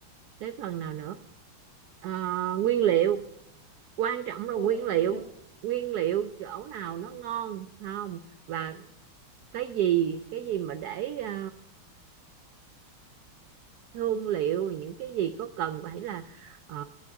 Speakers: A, on the right (about 80°); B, on the left (about 45°).
A: cái phần nào nữa Ờ, nguyên liệu quan trọng là
B: Ừ,
A: nguyên liệu
B: nguyên liệu.
A: nguyên liệu chỗ nào nó ngon không và cái gì cái gì mà để ờ, thương liệu những cái gì có cần phải là ờ,